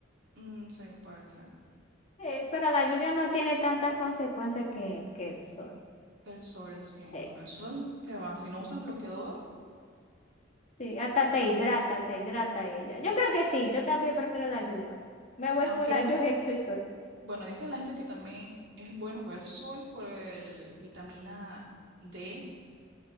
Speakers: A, on the right; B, on the left.
A: Mm, sí, puede ser.
B: Sí, pero la lluvia no tiene tantas consecuencias que, que el sol.
A: Que El sol, sí,
B: Sí,
A: porque el sol, ¿qué va? Si no usas bloqueador,
B: sí, hasta te
A: no.
B: hidrata, te hidrata ella. Yo creo que sí, yo también
A: Mm.
B: prefiero la lluvia. Me voy
A: Aunque,
B: por la <laughs> lluvia que el sol.
A: bueno, dice la gente que también es bueno coger sol por el vitamina D,